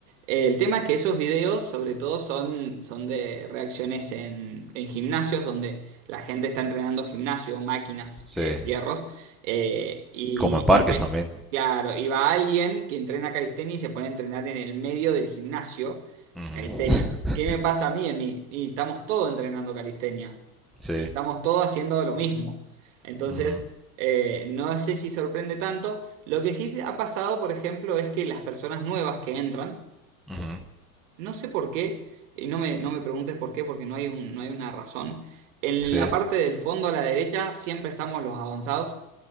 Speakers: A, on the right (about 55°); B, in the centre.
A: Eh, el tema es que esos videos sobre todo son, son de reacciones en, en gimnasios donde la gente está entrenando gimnasio, máquinas,
B: sí.
A: eh, fierros. eh, y,
B: Como en parques
A: y ve-
B: también.
A: claro, y va alguien que entrena calistenia y se pone a entrenar en el medio del gimnasio
B: Ujú.
A: Calistenia.
B: <laughs>
A: ¿Qué me pasa a mí en mi- Y estamos todos entrenando calistenia.
B: Sí,
A: Y estamos todos haciendo lo mismo. Entonces,
B: ujú,
A: eh, no sé si sorprende tanto. Lo que sí ha pasado, por ejemplo, es que las personas nuevas que entran,
B: ujú,
A: no sé por qué, y no me, no me preguntes por qué, porque no hay un- no hay una razón. En
B: sí,
A: la parte del fondo a la derecha siempre estamos los avanzados.